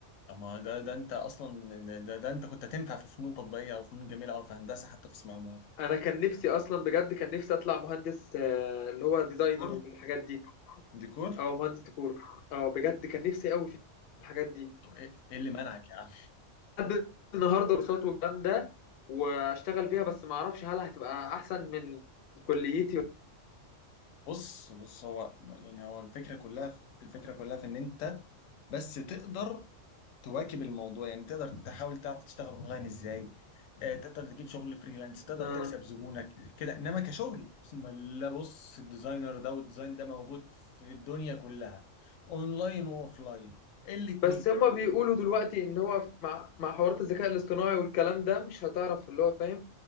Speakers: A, on the left; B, on the left.
A: اما ده ده انت اصلا ده, ده انت كنت هتنفع في فنون تطبيقيه او فنون جميله او في هندسه حتى قسم عمارة
B: انا كان نفسي اصلا بجد كان نفسي اطلع مهندس آه، اللي هو ديزاينر
A: ديكور
B: والحاجات دي
A: ديكور
B: او مهندس ديكور اه بجد كان نفسي قوي في الحاجات دي
A: طب ايه إيه اللي منعك يا عم
B: لحد النهارده كورسات والكلام ده واشتغل بيها بس ما اعرفش هل هتبقى احسن من كليتي
A: بص بص هو يعني هو الفكره كلها في الفكره كلها في ان انت بس تقدر تواكب الموضوع يعني تقدر تحاول تعرف تشتغل اونلاين ازاي آه، تقدر تجيب شغل فريلانس تقدر
B: آه.
A: تكسب زبونك كده انما كشغل بسم الله بص الديزاينر ده والديزاين ده موجود في الدنيا كلها اونلاين واوفلاين الاتنين
B: بس هما بيقولوا دلوقتي ان هو مع مع حوارات الذكاء الاصطناعي والكلام ده مش هتعرف اللي هو فاهم